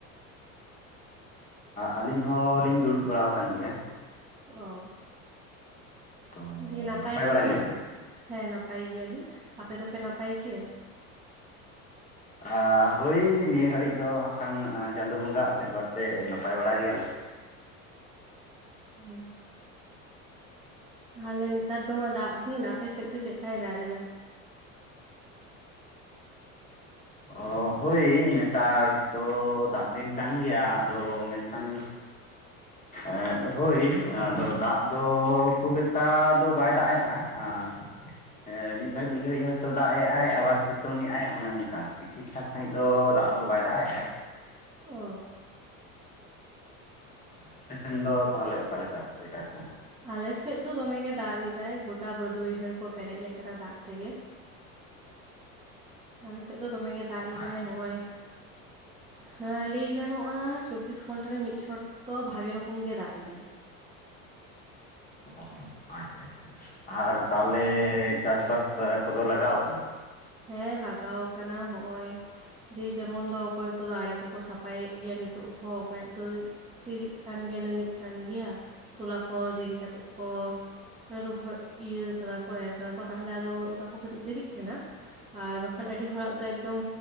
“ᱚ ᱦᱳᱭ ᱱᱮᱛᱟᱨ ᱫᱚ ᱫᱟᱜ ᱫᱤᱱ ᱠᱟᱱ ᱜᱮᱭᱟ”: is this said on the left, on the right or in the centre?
Left